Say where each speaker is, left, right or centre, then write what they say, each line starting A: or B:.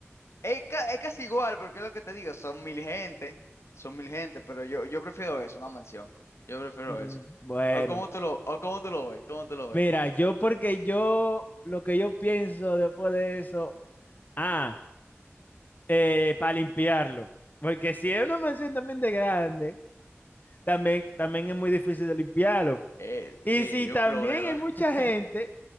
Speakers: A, on the left; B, on the left.
A: Es, ca- es casi igual, porque es lo que te digo, son mil gente, son mil gente, pero yo, yo prefiero eso, una mansión. Yo prefiero
B: Mm,
A: eso.
B: Bueno,
A: ¿O cómo tú lo, o cómo tú lo ves? ¿Cómo tú lo
B: mira,
A: ves?
B: yo porque yo lo que yo pienso después de eso, ah, eh, para limpiarlo, porque si es una mansión también de grande, también también es muy difícil de limpiarlo.
A: Eh,
B: Y
A: sí,
B: si
A: es
B: también
A: un problema.
B: hay mucha
A: <laughs>
B: gente,